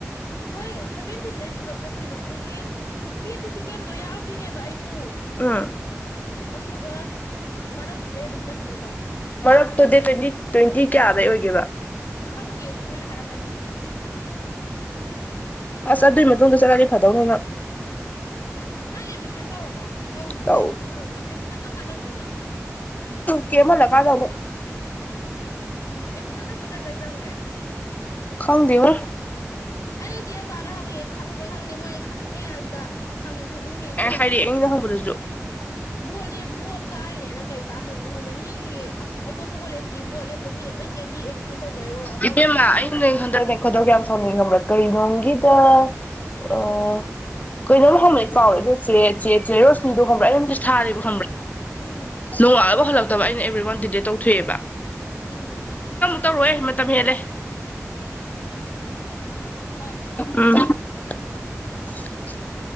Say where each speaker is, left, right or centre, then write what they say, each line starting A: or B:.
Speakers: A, on the left; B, on the left.
A: ꯅꯣꯏ ꯁꯦꯚꯦꯟꯇꯤꯟꯗꯩ ꯄꯨꯂꯞ ꯆꯠꯇꯣꯏꯅꯦ ꯑꯩꯁꯨꯦ ꯑꯦ ꯁꯤ ꯑꯦ ꯇꯤ ꯁꯤ ꯀꯦꯝꯗꯣ ꯌꯥꯎꯗꯣꯏꯅꯦꯕ ꯑꯩꯁꯨ
B: ꯎꯝ
A: ꯑꯗꯨꯒ ꯃꯔꯛꯇꯨꯗꯩ ꯑꯗꯨꯝ ꯆꯠꯈꯤꯗꯣꯏꯕ
B: ꯃꯔꯛꯇꯨꯗꯤ ꯇ꯭ꯋꯦꯟꯇꯤ ꯇ꯭ꯋꯦꯟꯇꯤ ꯀꯌꯥꯗꯩ ꯑꯣꯏꯒꯦꯕ
A: ꯈꯪꯗꯦ ꯑꯗꯨꯝ ꯃꯣꯏꯅ ꯍꯥꯏꯔꯛꯀꯅꯤꯅꯦ
B: ꯑꯁ ꯑꯗꯨꯏ ꯃꯇꯨꯡꯗ ꯆꯠꯂꯗꯤ ꯐꯗꯧꯅꯤꯅ
A: ꯎꯝ ꯅꯪ ꯑꯦꯗꯃꯤꯁꯟ ꯇꯧꯔꯕ ꯑꯦꯗꯃꯤꯁꯟ
B: ꯇꯧ
A: ꯇꯧꯔꯕ ꯑꯦꯗꯃꯤꯁꯟ ꯀꯔ ꯀꯥꯟꯗ ꯇꯧꯗꯣꯏꯅꯣ
B: ꯀꯦ ꯃꯂꯒꯥꯒꯅꯦ
A: ꯎꯝ ꯑꯦꯃꯤꯁꯟꯗꯁꯨꯛ ꯀꯩ ꯀꯩ ꯆꯪꯒꯦ
B: ꯈꯪꯗꯌ
A: ꯑꯩꯅꯆꯤ ꯑꯄꯥꯗ ꯍꯪꯉꯤ ꯈꯪꯗꯦ ꯈꯪꯗꯦ ꯃꯣꯏꯅ ꯈꯪꯗꯦ ꯉꯥꯛꯇ ꯍꯪꯉꯤ ꯈꯨꯗꯤꯡꯒꯤ
B: ꯍꯥꯏꯔ ꯑꯩꯅ ꯍꯪꯕꯗꯁꯨ
A: ꯕꯣꯠꯂꯤ ꯕꯣꯠ ꯀꯥꯏꯅꯦꯅ ꯀꯔꯤ ꯀꯥꯟꯗꯣꯏꯅꯣ ꯈꯪꯗꯦ ꯃꯤꯒꯤ ꯑꯇꯣꯞꯄ ꯀꯣꯦꯁꯀꯤ ꯕꯣ ꯂꯦꯞꯄꯤꯅ ꯂ ꯆꯦꯟꯕꯤ ꯌꯔ
B: ꯏꯦꯝꯃ ꯍꯟꯗꯛꯅꯦ ꯈꯗꯧ ꯌꯥꯝ ꯁꯥꯎꯅꯤꯡꯉꯕ꯭ꯔꯥ ꯀꯩꯩꯅꯣꯒꯤꯗ ꯑ ꯑꯩꯈꯣꯏ ꯅꯝ ꯍꯣꯂꯛ ꯆꯥꯎꯔꯦ ꯆꯦ ꯆꯦ ꯔꯣꯁꯅꯤꯗꯣ ꯍꯣꯝꯕꯛꯑ ꯑꯩꯝ ꯊꯥꯔꯤꯕꯦꯕ
A: ꯎꯝ
B: ꯈꯪꯕ꯭ꯔꯥ
A: ꯎꯝ
B: ꯅꯣꯡꯉꯜꯂꯅꯕ ꯍꯜꯂꯛꯇꯕ ꯑꯩꯅ ꯑꯦꯕ꯭ꯔꯤ ꯋꯥꯟ ꯗꯗꯤꯗꯦ ꯇꯧꯊꯣꯛꯑꯦꯕ
A: ꯎꯝ
B: ꯇꯧꯔꯑꯣ ꯃꯇꯝ ꯍꯦꯜꯂꯦ
A: ꯍꯣꯏ ꯇꯧꯔꯛ
B: ꯎꯝ <inaudible>